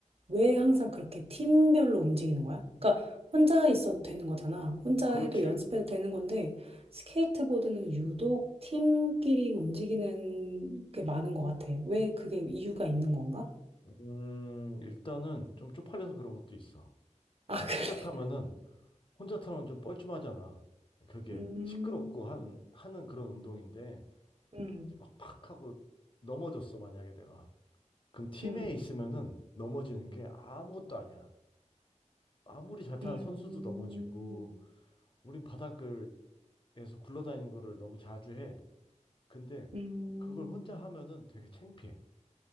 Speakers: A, on the right (about 50°); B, on the left (about 40°).
A: 왜 항상 그렇게 팀별로 움직이는 거야? 그러니까, 혼자 있어도 되는 거잖아. 혼자
B: 그렇지.
A: 해도 연습해도 되는 건데, 스케이트보드는 유독 팀끼리 움직이는 게 많은 것 같아. 왜 그게 이유가 있는 건가?
B: 음, 일단은 좀 쪽팔려서 그런 것도 있어.
A: 아,
B: 이제 혼자
A: <laughs> 그래.
B: 타면은, 혼자 타면 좀 뻘쭘하잖아. 그게
A: 음,
B: 시끄럽고 하는, 하는 그런 운동인데,
A: 음,
B: 이제 막 팍 하고 넘어졌어, 만약에 내가. 그럼 팀에
A: 음.
B: 있으면은 넘어지는 게 아무것도 아니야. 아무리 잘 타는
A: 음,
B: 선수도 넘어지고, 우린 바닥을에서 굴러다니는 거를 너무 자주 해. 근데
A: 음,
B: 그걸 혼자 하면은 되게 창피해.